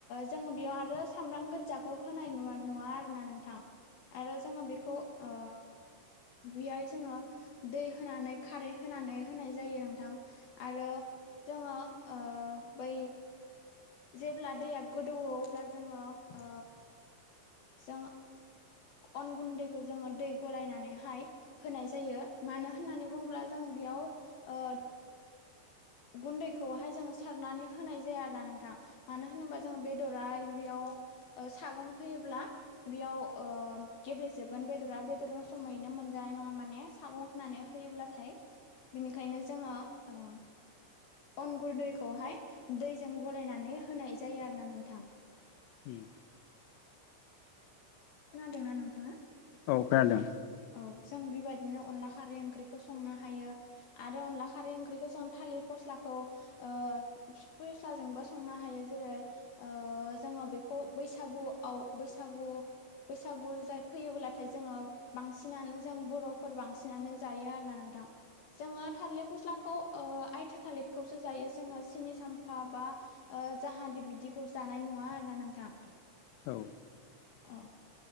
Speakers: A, on the left; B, on the left.
A: जों बेयाव आरो सामब्राम गोजाखौ होनाय नुवा नुवा आरो ना नोंथां। आरो जोङो बेखौ ओ बेहाय जोङो दै होनानै खारै होनानै होनाय जायो नोंथां आरो जोङो ओ बै जेब्ला दैया गोदौवो अब्ला जोङो ओ जों अन गुन्दैखौ जोङो दै गलायनानैहाय होनाय जायो मानो होननानै बुङोब्ला जों बेयाव ओ गुन्दैखौहाय जोङो सारनानै होनाय जाया आरो ना नोंथां मानो होनोबा जों बेदरा बेयाव ओ सागं होयोब्ला बेयाव ओ गेब्लेेजोबगोन बेदरा बेदर होसनै मोनजानाय नङा माने सागं होनानै होयोब्लाथाय बिनिखायनो जोङो ओ अनगुनदै हाय दैजों गलायनानै होनाय जायो आरोना नोंथां।
B: <inaudible>
A: खोनादोंना नोंथाङा?
B: औ खोनादों।
A: औ जों बेबायदिनो अनला खारै ओंख्रिखौ संनो हायो आरो अनला खारै ओंख्रिखौ जों था थालिर फस्लाखौ ओ फस्लाजोंबो संनो हायो जेरै ओ जोंओ बेखौ बैसागुआव बैसागु बैसागु फैयोब्लाथाय जोङो बांसिनानो जों बर'फोर बांसिनानो जायो आरोना नोंथां जोङो थालिर फस्लाखौ ओ आयथा थालिरखौसो जायो जोङो सिनि साम्फा बा जाहादे बिदिखौ जानाय नु नुङा आरोना नोंथां।
B: औ।
A: औ।